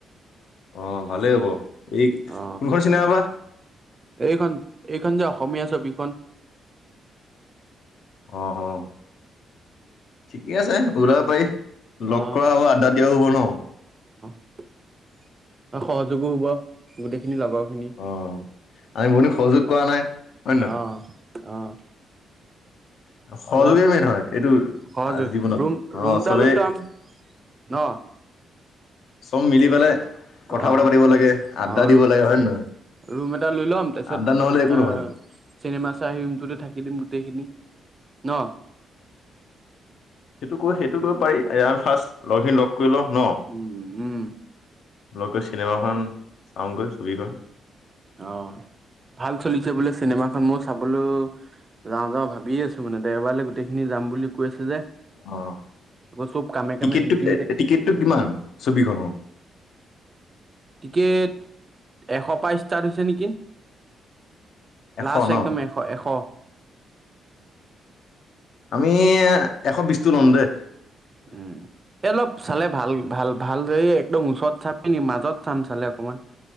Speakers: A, on the left; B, on the right.
A: অ, ভালেই হ'ব এই
B: অ
A: কোনখন চিনেমা বা?
B: এইখন এইখন যে অসমীয়া ছবিখন
A: অ', অ', ঠিকে আছে উলাব পাৰি। লগ
B: অ
A: কৰা হব আড্ডা দিয়াও হ'ব ন?
B: আৰু সহযোগো হ'ব গোটেইখিনি লগৰ। খিনি
A: অ' আমি বহুদিন সহযোগ কৰা নাই। হয় নহয়
B: অহ ', অহ ',
A: সহযোগেই
B: অলপ
A: মেইন হয় এইটো
B: সজ
A: আজি জীৱনত
B: ৰুম - ৰুমটালৈ
A: অ' চবেই
B: যাম। ন'
A: চব মিলি পেলাই কথা
B: অ',
A: বা পাতিব লাগে আড্ডা
B: অ',
A: দিব লাগে হয়ে নহয়?
B: ৰুম এটা লৈ ল'ম তাৰপিছত
A: আড্ডা নহ'লে একো
B: আহ
A: নহয়।
B: চিনেমা চাই ৰুমটোতে থাকি দিম গোটেইখিনি। ন?
A: সেইটো ক সেইটো কৰিব পাৰি এ আম ফাৰ্ষ্ট লগখিনি লগ কৰি লওঁ ন
B: উম, উম,
A: লগ কৈ চিনেমাখন চাগৈ ছবিখন
B: অ ভাল চলিছে বোলে চিনেমাখন মই চাবলৈ যাওঁ যাওঁ ভাবিয় আছো মানে দেওবাৰেলে গোটেইখিনি যাম বুলি কৈ আছে যে
A: অ',
B: আকৌ চব কামে
A: টিকেটটো
B: কামে বিজি হৈ থাকে
A: টিকেটটো কিমান ছবিখনৰ
B: টিকেট এশপ ষ্টাৰ্ট হৈছে নেকি?
A: এশ
B: লাষ্ট
A: ন
B: একদম
A: অ
B: এশ এশ
A: আমি এ এশ বিশ টো ল'ম দে
B: উম এ অলপ চালে ভাল ভাল ভাল এই একদম ওচৰত চাম নি মাজত চাম চালে অকমান